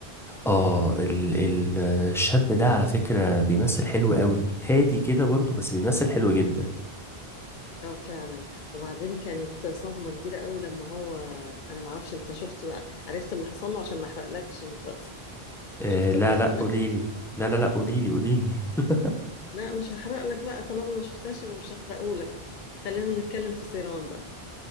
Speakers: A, in the centre; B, on the left.
A: اه ال ال الشاب ده على فكرة بيمثل حلو قوي هادي كده برضو بس بيمثل حلو جدا
B: اه فعلا وبعدين كانت صدمة كبيرة قوي لما هو انا ما اعرفش انت شفت بقى عرفت اللي حصل له عشان ما احرقلكش المسلسل
A: آه
B: شفت
A: لا
B: الجزء
A: لا
B: ده
A: قوليلي لا لا لا قوليلي قوليلي <laughs>
B: لا مش هحرق لك بقى طالما ما شفتهاش يبقى مش هحرقه لك خلينا نتكلم في سيران بقى